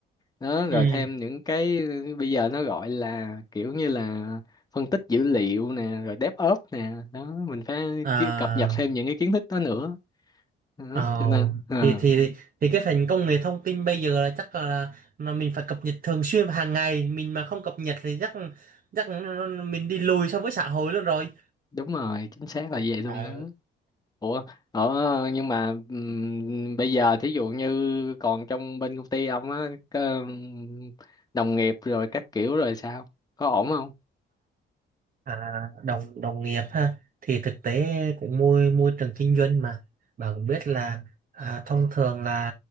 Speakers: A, on the left; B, on the right.
A: đó rồi
B: ừ,
A: thêm những cái bây giờ nó gọi là kiểu như là phân tích dữ liệu nè rồi DevOps nè đó mình phải
B: à.
A: ki- cập nhật thêm những cái kiến thức đó nữa đó.
B: Ờ,
A: cho nên ờ,
B: thì thì thì cái phần công nghệ thông tin bây giờ là chắc là, là là mình phải cập nhật thường xuyên và hàng ngày mình mà không cập nhật thì chắc chắc mình đi lùi so với xã hội luôn rồi
A: đúng rồi chính xác là vậy luôn
B: Ờ.
A: đó ủa ở nhưng mà ừm, bây giờ thí dụ như còn trong bên công ty ông á có, ừm, đồng nghiệp rồi các kiểu rồi sao có ổn không
B: à, đồng đồng nghiệp ha thì thực tế cũng môi môi trường kinh doanh mà bà cũng biết là à, thông thường là